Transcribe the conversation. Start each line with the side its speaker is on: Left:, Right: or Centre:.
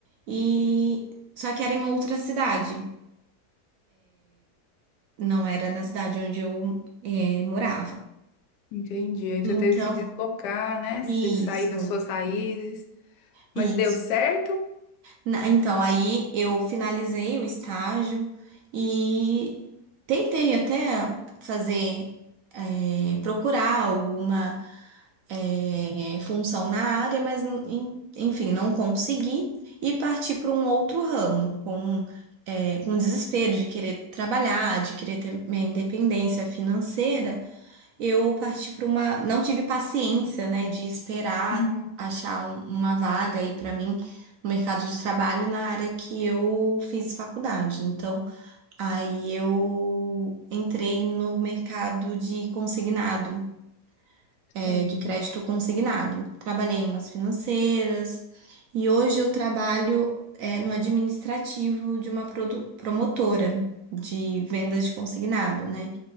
Right: e só que era em outra cidade, não era na cidade onde eu é, morava.
Left: Entendi. Aí
Right: Então,
Left: você teve que se deslocar, né?
Right: isso.
Left: Se sair das suas raízes. Mas
Right: Isso.
Left: deu certo?
Right: Na- Então, aí eu finalizei o estágio e tentei até fazer, eh, procurar alguma, eh, função na área, mas en- enfim, não consegui e parti para um outro ramo, com, eh, com desespero de querer trabalhar, de querer ter minha independência financeira. Eu parti para uma. Não tive paciência, né, de esperar
Left: Uhum.
Right: achar um- uma vaga aí para mim no mercado de trabalho na área que eu fiz faculdade. Então, aí eu entrei no mercado de consignado,
Left: Sim,
Right: é, de crédito consignado. Trabalhei em umas financeiras e hoje eu trabalho, é, no administrativo de uma produ- promotora de vendas de consignado, né?